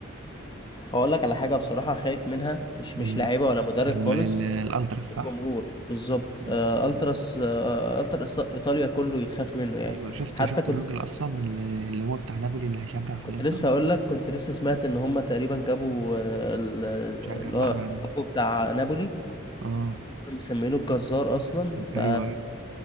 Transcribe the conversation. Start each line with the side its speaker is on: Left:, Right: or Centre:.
Left: هقول لك على حاجه بصراحه خايف منها مش مش
Right: إيه؟
Left: لاعيبه ولا مدرب
Right: لما
Left: خالص
Right: ال- الالتراس
Left: الجمهور
Right: صح
Left: بالظبط
Right: مم.
Left: آه، التراس آه، التراس ايطاليا كله يتخاف منه يعني
Right: ايوه شفت
Left: حتى
Right: شفت
Left: كنت
Right: الراجل اصلا اللي اللي هو بتاع نابولي اللي هيشجع في
Left: كنت
Right: الانتر
Left: لسه هقول لك كنت لسه سمعت ان هم تقريبا جابوا آه، ال-
Right: شجع
Left: اللي
Right: الاقرع
Left: هو
Right: ده
Left: كابو بتاع نابولي
Right: اه
Left: مسمينه الجزار اصلا ف
Right: ايوه ايوه